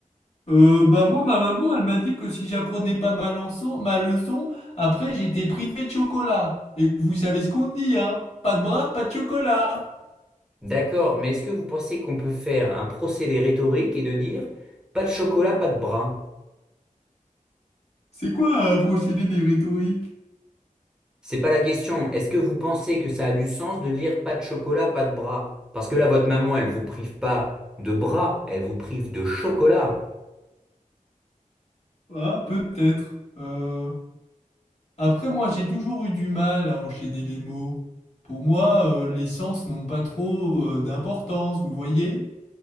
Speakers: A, on the left; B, in the centre.
A: Euh, bah moi, ma maman, elle m'a dit que si j'apprenais pas ma leçon, ma leçon, après j'étais privé de chocolat. Et vous savez ce qu'on dit, hein? Pas de bras, pas de chocolat.
B: D'accord, mais est-ce que vous pensez qu'on peut faire un procédé rhétorique et de dire pas de chocolat, pas de bras?
A: C'est quoi un procédé des rhétoriques?
B: C'est pas la question. Est-ce que vous pensez que ça a du sens de dire pas de chocolat, pas de bras? Parce que là, votre maman, elle vous prive pas de bras, elle vous prive de chocolat.
A: Ah, peut-être. Euh, Après, moi, j'ai toujours eu du mal à enchaîner les mots. Pour moi, euh, les sens n'ont pas trop euh, d'importance, vous voyez?